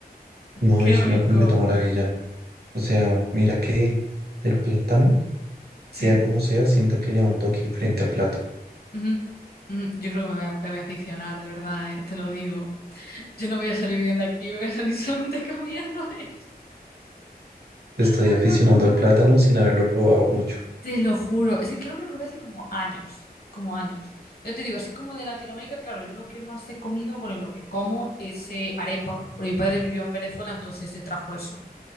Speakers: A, on the right; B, on the left.
A: No,
B: Qué
A: es
B: rico.
A: una completa maravilla. O sea, mira que el plátano,
B: ¿Sí?
A: sea como sea, siento que le da un toque frente al plato.
B: Ujú, ujú. Yo creo que me voy a, me voy a aficionar, de verdad, ¿eh? Te lo digo. Yo no voy a salir bien de aquí, voy a salir <laughs> solamente comiendo esto.
A: Estoy
B: Ay,
A: aficionando
B: por favor.
A: al plátano sin haberlo probado mucho.
B: Te lo juro, es que creo que lo probé hace como años, como años. Yo te digo, así como de Latinoamérica, claro, yo lo que más he comido, bueno, y lo que como es eh, arepa, porque mi padre vivió en Venezuela, entonces se trajo eso.